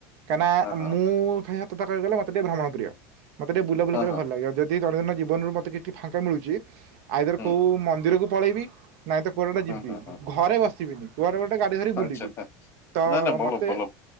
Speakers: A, on the right (about 60°); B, on the left (about 25°).
A: କାହିଁକନା
B: ହଁ ହଁ
A: ମୁଁ ଖା ତଥା କ କହିିଲ ଗ ମତେ ଟିକେ ଭ୍ରମଣ ପ୍ରିୟ ମତେ ଟିକେ ବୁଲାବୁଲି
B: ହଁ
A: କରିଆକୁ
B: ହଁ
A: ଭଲ ଲାଗେ ଆଉ ଯଦି ଦୈନନ୍ଦିନ ଜୀବନରୁ ମତେ କିଛି ଟିକେ ଫାଙ୍କା ମିଳୁଛି ଆଇଦର
B: ହୁଁ
A: କୋଉ ମନ୍ଦିରକୁ ପଳେଇବି ନାଇଁ ତ କୁଆଡେଟେ
B: ହୁଁ
A: ଯିବି
B: ହୁଁ ହୁଁ
A: ଘରେ ବସିବିନି କୁଆଡେ ଗୋଟେ ଗାଡି ଧରି କି
B: ଆଚ୍ଛା
A: ବୁଲିବି। ତ
B: ନା ନା ଭଲ
A: ମତେ
B: ଭଲ